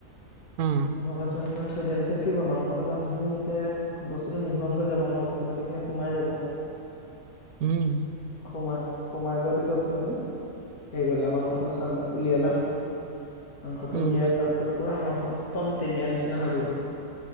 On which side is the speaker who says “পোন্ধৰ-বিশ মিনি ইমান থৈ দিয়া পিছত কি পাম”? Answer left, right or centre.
Left